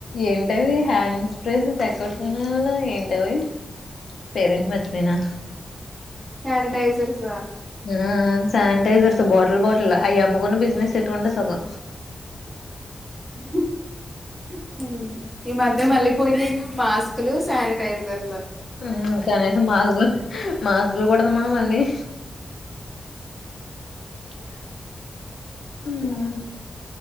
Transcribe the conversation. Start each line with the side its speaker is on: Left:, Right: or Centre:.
Left: ఏంటది హ్యాండ్ స్ప్రేస్ తెగ కొట్టుకునే వాళ్ళం ఏంటవి పేరెంటి మర్చిపోయినా
Centre: సానిటైజర్స్
Left: హ సానిటైజర్స్ బాటిల్ బాటిల్ అయి అమ్మకుని బిజినెస్ పెట్టుకుంటే సుఖం
Centre: హ్ ఈ మధ్య మళ్ళీ పోయినయిగా మాస్కులు, సానిటైజర్లు
Left: హ్మ్ కనీసం మాస్కులు మాస్ ఉండగలమా మళ్ళీ <inaudible> <inaudible> హ్మ్